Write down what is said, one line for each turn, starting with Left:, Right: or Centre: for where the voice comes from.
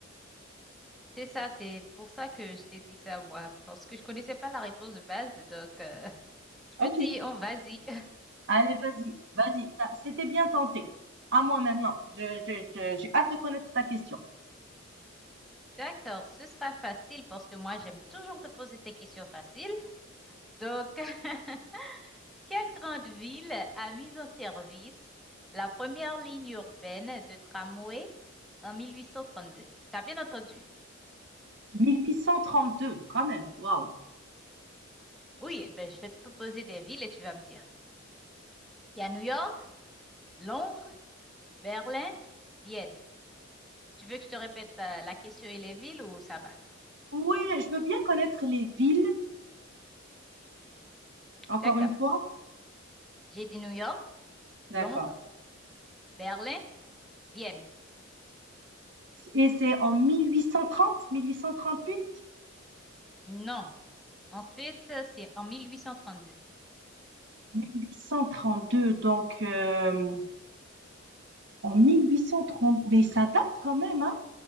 Centre: c'est ça. C'est pour ça que je t'ai dit ça, moi, parce que je connaissais pas la réponse de base. Donc, euh, <laughs>
Right: OK.
Centre: je me dis, on vas-y. <laughs>
Right: Allez, vas-y, vas-y. T'as- C'était bien tenté. À moi maintenant. Je- je- je- j'ai hâte de connaître ta question.
Centre: D'accord, ce sera facile parce que moi, j'aime toujours te poser tes questions faciles. Donc, <laughs> Quelle grande ville a mis en service la première ligne urbaine de tramway en 1832? T'as bien entendu?
Right: 1832, quand même. Waouh.
Centre: Oui, eh ben je vais te proposer des villes et tu vas me dire. Il y a New York, Londres, Berlin, Vienne. Tu veux que je te répète euh, la question et les villes ou ça va?
Right: Ouais, je veux bien connaître les villes, encore
Centre: D'accord.
Right: une fois.
Centre: J'ai dit New York, Londres,
Right: D'accord.
Centre: Berlin, Vienne.
Right: Et c'est en 1830, 1838,
Centre: Non. En fait, euh, c'est en 1832.
Right: 1832, donc euh, en 1830, mais ça date quand même, hein,